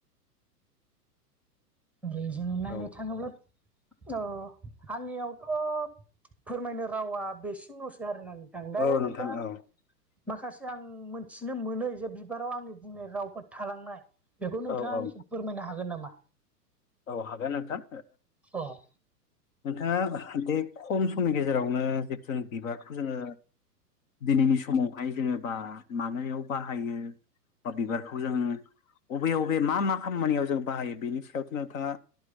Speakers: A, in the centre; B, on the left.
A: बे जोंनो नायनो
B: औ
A: थाङोब्ला अ आंनियावथ' फोरमायनो रावा बेसिनल'सो आरोना दायो
B: औ
A: नोंथां
B: औ
A: माखासे आं मोनथिनो मोनै जे बिबाराव आंनि बुंनाय रावफोर थालांनाय बेखौ नोंथाङा
B: औ औ
A: फोरमायनो हागोन नामा
B: औ हागोन नोंथां
A: औ
B: नोंथाङा बे खम समनि गेजेरावनो जे जों बिबारखौ जोङो दिनैनि समावहाय जेनेबा मानायाव बाहायो बा बिबारखौ जों बबे बबे मा मा खामानियाव जों बाहायो बेनि सायाव जोङो